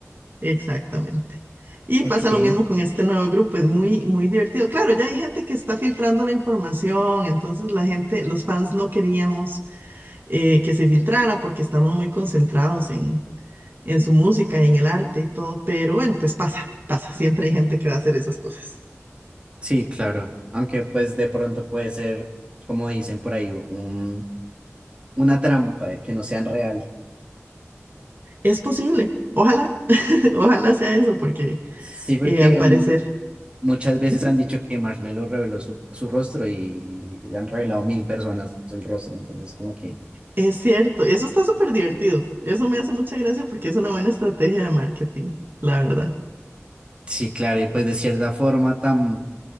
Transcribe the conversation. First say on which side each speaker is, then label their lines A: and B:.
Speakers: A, on the right; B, on the right.
A: Exactamente. Y
B: Ok,
A: pasa lo mismo con este nuevo grupo, es muy, muy divertido. Claro, ya hay gente que está filtrando la información, entonces la gente, los fans no queríamos eh, que se filtrara porque estamos muy concentrados en, en su música y en el arte y todo, pero bueno, pues pasa, pasa, siempre hay gente que va a hacer esas cosas.
B: sí, claro. Aunque pues de pronto puede ser, como dicen por ahí, un, una trampa de que no sean real.
A: Es posible, ojalá, <laughs> ojalá sea eso, porque
B: Sí, porque
A: eh, al parecer
B: mm, muchas veces
A: ujú,
B: han dicho que Marshmallow reveló su, su rostro y han revelado mil personas el rostro, entonces como que...
A: es cierto, eso está súper divertido, eso me hace mucha gracia porque es una buena estrategia de marketing, la verdad.
B: Sí, claro, y pues de cierta forma, tam-